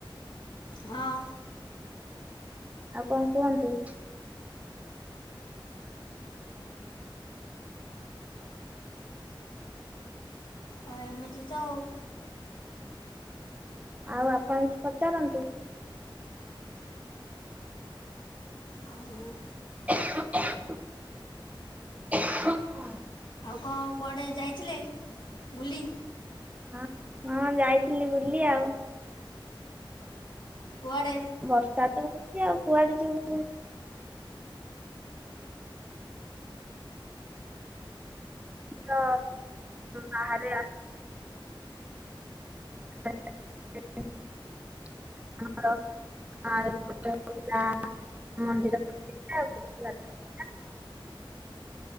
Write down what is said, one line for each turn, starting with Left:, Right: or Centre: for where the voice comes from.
Left: ହଁ।
Right: ଆଉ କଣ କୁହନ୍ତୁ?
Left: ହଁ, ଏମିତି ତ ଆଉ।
Right: ଆଉ ଆପଣ କିଛି ପଚାରନ୍ତୁ।
Left: ଆଉ।
Right: <inaudible>
Left: ଆଉ କଣ, କୁଆଡ଼େ ଯାଇଥିଲେ, ବୁଲି?
Right: ହଁ ହଁ, ଯାଇଥିଲି ବୁଲି ଆଉ।
Left: କୁଆଡ଼େ
Right: କୁଆଡ ବର୍ଷା ତ ହଉଛି ଆଉ କୁଆଡେ ଯିବୁ। ଟିକ ବାହାରେ <unintelligible> <unintelligible> <unintelligible>